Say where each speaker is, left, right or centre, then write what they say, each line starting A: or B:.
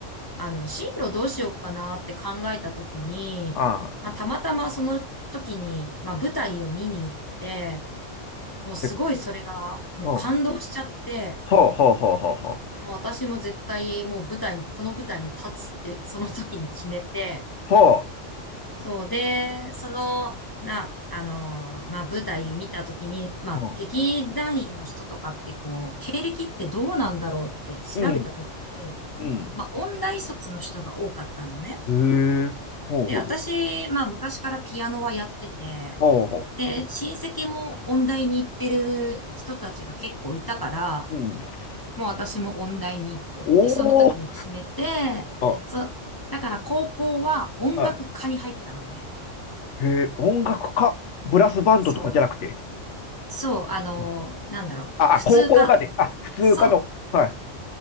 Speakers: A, on the left; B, on the left.
A: あの、進路どうしようかなって考えた時に、
B: あ、ああ。
A: まあ、たまたまその時に、まあ、舞台を見に行って、もうすごいそれが、
B: え
A: もう感動しちゃって、
B: うん、ほうほうほうほうほう
A: もう私も絶対もう舞台に、この舞台に立つって <laughs> その時に決めて、
B: ほう。
A: そうで、その、な、あのーまあ、舞台見た時に、まあ、
B: ほん。
A: 劇団員の人とかってこう、経歴ってどうなんだろうって調べた時に、
B: う。うん、うん。
A: まあ、音大卒の人が多かったのね。
B: へえ、ほうほうほう。
A: で、私、まあ、昔からピアノはやってて、
B: ほうほ
A: で、親戚も音大に行ってる人たちが結構いたから、
B: ううん。
A: もう私も音大に行こうって、
B: おお、
A: その時に決めて、
B: うん。
A: そう、だから高校は音楽科に入ったのね。
B: うへえ、音楽家、ブラスバンドとかじゃなくて。
A: そう、そう、あの、
B: うん、
A: なんだろう、
B: あ、
A: 普通科、
B: あ、高校がで、あ、普通科の。
A: そう、
B: はい。